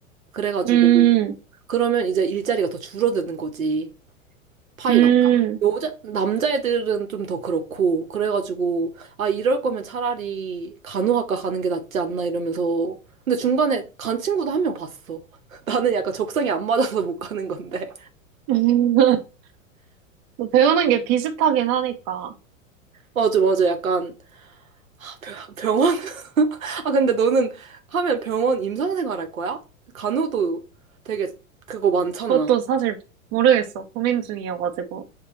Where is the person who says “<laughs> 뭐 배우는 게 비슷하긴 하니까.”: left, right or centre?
Right